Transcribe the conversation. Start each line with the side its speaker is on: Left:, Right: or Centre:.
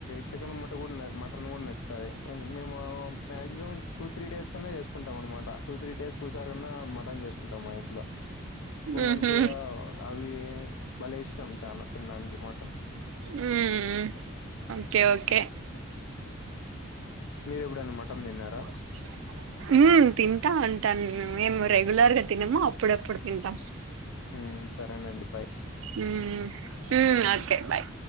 Left: చికెన్ మట కూడ మటన్ కూడా నచ్చుతాది. మేము మాక్సిమం టూ త్రీ డేస్ కన్నా చేసుకుంటాం అనమాట. టూ త్రీ డేస్ కి ఓసారి అన్న మటన్ చేస్ కుంటాం మా ఇంట్లో బా
Right: ఉహు
Left: మంచిగా అవి భలే ఇష్టం చానా తినడానికి మటన్
Right: మ్మ్ ఓకె ఓకె
Left: మీరు ఎప్పుడన్నా మటన్ తిన్నారా
Right: <unintelligible> <inaudible> మ్ తింటా ఉంటాను. మేము రెగ్యులర్ గా తినము అప్పుడప్పుడు తింటాం.
Left: ఉం సరేనండి బాయ్
Right: ఉం ఉం ఓకే బాయ్